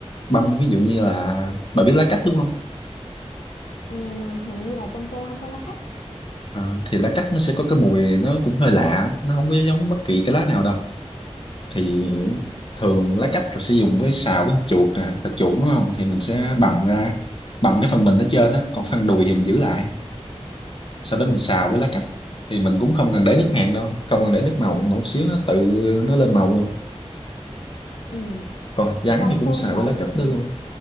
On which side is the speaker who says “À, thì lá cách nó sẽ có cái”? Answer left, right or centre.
Left